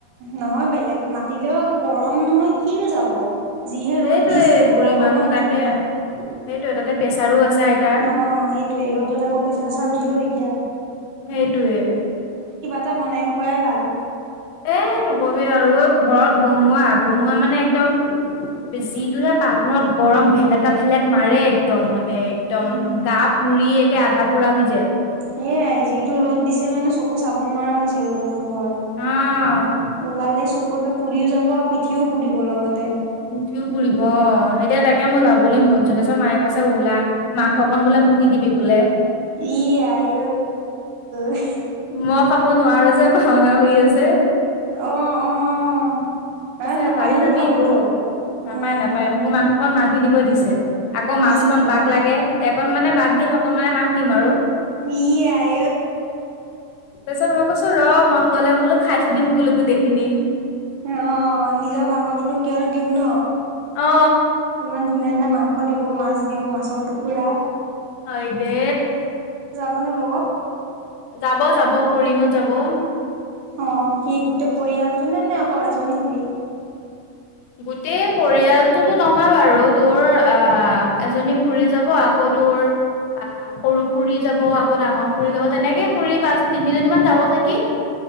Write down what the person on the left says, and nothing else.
সেইটোয়ে
বুঢ়ী
মানুহ
তাকে
সেইটোয়ে তাতে প্ৰেছাৰো আছে আইতাৰ
সেইটোৱে
এ নকবি আৰু ঐ ঘৰত বনোৱা বনোৱা মানে একদম যিটোহে পাকঘৰত গৰম ভেলেকা ভেলেক মাৰে একদম মানে একদম
গা পুৰি একে আধা পোৰা হৈ যায়।
অ',
উঠিও পুৰিব অ এতিয়া তাকে মোৰ যাবলৈ মন যছ মায়ে কৈছে ওলা মাংসকন বোলে। মুগি দিবি বোলে।
মই খাব নোৱাৰো যে ভাওনা হৈ আছে
তকৈছে
যাবি
যাবি
হ'ব
নাপায় নাপায় মোৰ মাকক অকণ মাক দি দিব দিছে আকৌ মাছখন
বাক লাগে এঅকণ মানে বাক দিম একনমানানে মাক দিম আৰু
তাৰপিছত মই কৈছো ৰ মন গলে বোলো খাই থৈ দিম বোলো গোটেইখিনি
অ
হয় দে
যাব যাব খুৰিহত যাব
গোটেই পৰিয়ালটোতো নহয় বাৰু তোৰ আ এজনী খুৰী যাব আকৌ তোৰ আহ সৰু খুুৰী যাব আকৌ ডাঙৰ খুৰী যাব তেনেকে খুৰী পাঁচ তিনিজনীমান যাব নেকি